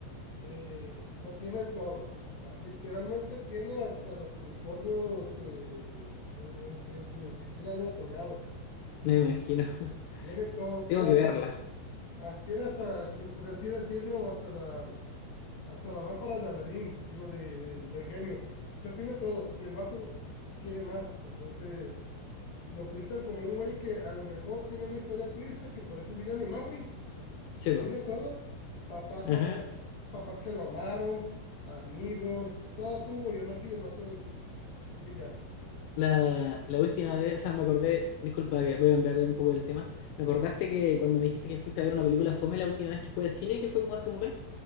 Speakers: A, on the left; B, on the left.
A: eh, lo tiene todo. Literalmente tiene hasta los unicornios eh, en, en- en su oficina, ¿no? Colgados.
B: Me
A: Tiene,
B: imagino. <laughs>
A: tiene todo,
B: Tengo
A: tiene
B: que
A: hasta
B: verla.
A: el, ah, tiene hasta, si por así decirlo, hasta la, hasta la lámpara de Aladín, digo, de- del, del genio. O sea, tiene todo. Y el vato quiere más. Entonces, lo pintan como un güey que a lo mejor tiene una historia triste, que por eso es villano. Y no, güey.
B: Sí,
A: Lo
B: po.
A: tiene todo. Papás,
B: Ajá.
A: ah, papás que lo amaron, amigos, todo tuvo. Yo no sé, el vato es un villano.
B: La, la última vez, o sea, me acordé, disculpa, que voy a cambiarle un poco el tema. Me acordaste que cuando me dijiste que fuiste a ver una película fome la última vez que fue al cine, que fue como hace un mes,